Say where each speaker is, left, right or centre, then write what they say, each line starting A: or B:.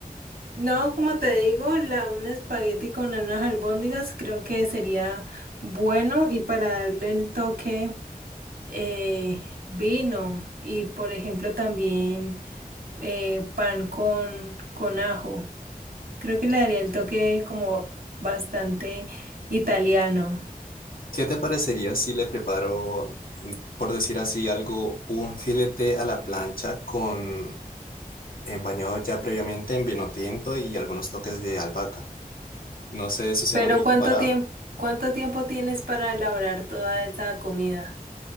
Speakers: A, on the right; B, on the left.
A: No, como te digo, la, un espagueti con unas albóndigas creo que sería bueno y para darle el toque eh, vino y por ejemplo también eh, pan con, con ajo. Creo que le daría el toque como bastante italiano.
B: ¿Qué te parecería si le preparo, mm, por decir así, algo, un filete a la plancha con eh, bañado ya previamente en vino tinto y algunos toques de albahaca? No sé si suena
A: Pero
B: muy
A: ¿cuánto
B: preparado.
A: tiempo, cuánto tiempo tienes para elaborar toda esa comida?